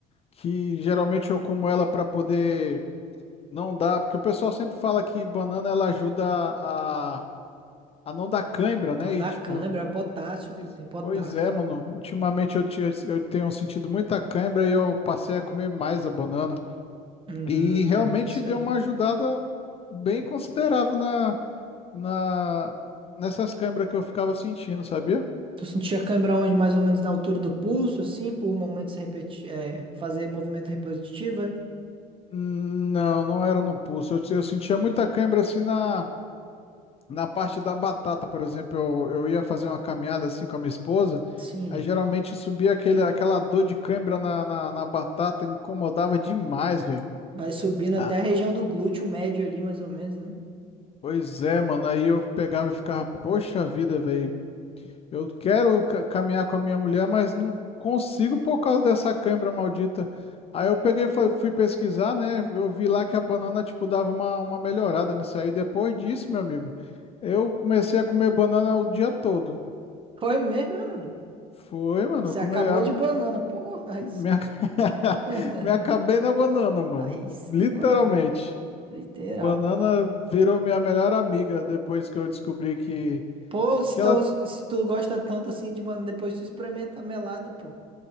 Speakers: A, on the left; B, on the right.
A: que geralmente eu como ela pra poder Não dá, porque o pessoal sempre fala que banana ela ajuda a, a não dar cãibra,
B: Não
A: né? E
B: dá
A: tipo,
B: câimbra, é potássio, pô.
A: is-
B: Tem potássio.
A: pois é, mano. Ultimamente eu, tinha, eu tenho sentido muita cãibra e eu passei a comer mais a banana.
B: Hum,
A: E realmente
B: tá certo.
A: deu uma ajudada bem considerável na, na, nessas cãibras que eu ficava sentindo, sabia?
B: Tu sentia cãibra onde? Mais ou menos na altura do pulso, assim, por momentos repeti é, fazer movimento repetitivo, é?
A: Hum, Não, não era no pulso. Eu, eu sentia muita cãibra assim na. Na parte da batata, por exemplo, eu, eu ia fazer uma caminhada assim com a minha esposa,
B: Sim.
A: aí geralmente subia aquele, aquela dor de cãibra na, na, na batata, incomodava demais, velho.
B: Vai subindo até
A: Ah.
B: a região do glúteo médio ali, mais ou menos, né?
A: Pois é, mano, aí eu pegava e ficava, poxa vida, velho, eu quero ca- caminhar com a minha mulher, mas não consigo por causa dessa cãibra maldita. Aí eu peguei, e fui fui pesquisar, né, eu vi lá que a banana, tipo, dava uma, uma melhorada nisso aí. Depois disso, meu amigo, eu comecei a comer banana o dia todo.
B: Foi mesmo, irmão?
A: Foi, mano.
B: Você
A: eu Come...
B: acabou
A: a-
B: de banana, porra, aí
A: Me...
B: sim.
A: ac- <laughs>
B: <laughs>
A: Me acabei na banana, mano.
B: Aí sim,
A: Literalmente.
B: moleque. Literal.
A: Banana virou minha melhor amiga depois que eu descobri que,
B: Pô, se,
A: que
B: tão-
A: ela.
B: se tu gosta tanto assim de banana, depois tu experimenta a melada, pô.